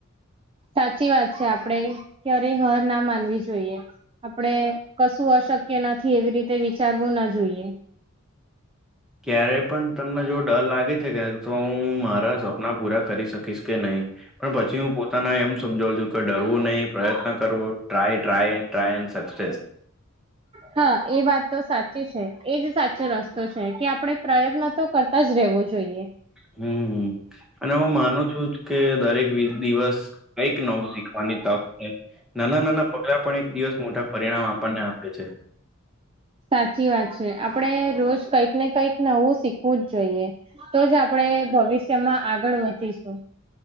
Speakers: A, on the right; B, in the centre.
A: સાચી વાત છે. આપડે ક્યારેય હાર ના માનવી જોઈએ. આપડે કશું અશક્ય નથી એવી રીતે વિચારવું ના જોઈએ.
B: ક્યારે પણ તમને જો ડર લાગે છે કે તો હું મારા સપના પૂરા કરી શકીશ કે નહી. પણ પછી હું પોતાના એમ સમજાવ છું કે ડરવું નહી પ્રયત્ન કરવો. ટ્રાય-ટ્રાય-ટ્રાય સચ
A: હા એ વાત તો સાચી છે એજ સાચો રસ્તો છે કે આપડણે પ્રયત્ન તો કરતા જ રહેવો જોઈએ.
B: હમ્મ અને હું માનું છું કે દરેક દિવસ કઈક નવું શીખવાની તક છે. નાના નાના પગલા પણ એક દિવસ મોટા પરિણામ આપણને આપે છે.
A: સાચી વાત છે આપડે રોજ કઈક ને કંઈક નવું શીખવું જ જોઈએ. તો જ આપણે ભવિષ્યમાં આગળ વધીશું.